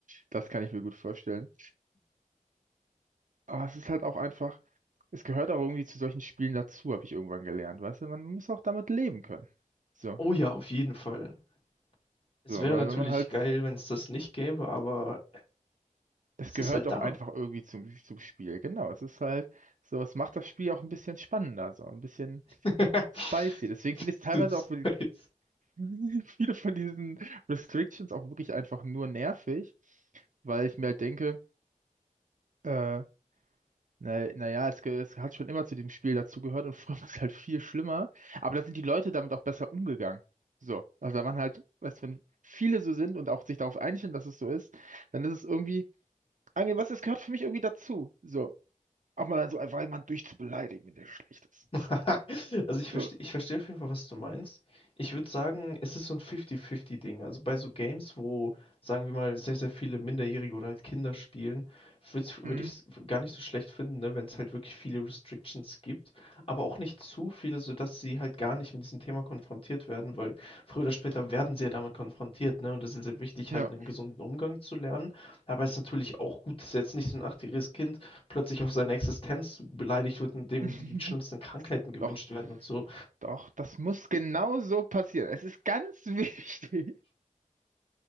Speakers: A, on the right; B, on the left.
A: Das kann ich mir gut vorstellen. Aber es ist halt auch einfach, es gehört auch irgendwie zu solchen Spielen dazu, habe ich irgendwann gelernt. Weißt du, man muss auch damit leben können. So,
B: Oh ja, auf jeden Fall. Es
A: so,
B: wäre
A: weil
B: natürlich
A: wenn man halt,
B: geil, wenn es das nicht gäbe, aber
A: das
B: es
A: gehört
B: ist halt
A: doch
B: da.
A: einfach irgendwie zum, zum Spiel. Genau, es ist halt so, es macht das Spiel auch ein bisschen spannender, so ein bisschen
B: <laughs>
A: spicy. Deswegen
B: Das
A: finde ich es teilweise
B: Sind zwei.
A: auch <laughs> Viele von diesen Restrictions auch wirklich einfach nur nervig, weil ich mir halt denke, äh, na, naja, es, ge- es hat schon immer zu dem Spiel dazugehört und <laughs> früher war es halt viel schlimmer, aber da sind die Leute damit auch besser umgegangen. So, also da waren halt, weißt du, wenn viele so sind und auch sich darauf einstellen, dass es so ist, dann ist es irgendwie, Angel, was, es gehört für mich irgendwie dazu. So, auch mal so einfach jemanden durchzubeleidigen, wenn der schlecht ist.
B: <laughs> Also ich verstehe,
A: So,
B: ich verstehe auf jeden Fall, was du meinst. Ich würde sagen, es ist so ein 50-50-Ding. Also bei so Games, wo, sagen wir mal, sehr, sehr viele Minderjährige oder halt Kinder spielen, würde
A: mm,
B: ich es gar nicht so schlecht finden, ne, wenn es halt wirklich viele Restrictions gibt, aber auch nicht zu viele, sodass sie halt gar nicht mit diesem Thema konfrontiert werden, weil früher oder später werden sie ja damit konfrontiert, ne? Und das ist sehr wichtig,
A: ja.
B: halt einen gesunden Umgang zu lernen. Aber es ist natürlich auch gut, dass jetzt nicht so ein achtjähriges Kind plötzlich auf seine Existenz beleidigt wird und dem
A: <laughs>
B: die schlimmsten Krankheiten gewünscht
A: Doch.
B: werden und so.
A: Doch, das muss genau so passieren. Es ist ganz <laughs> wichtig.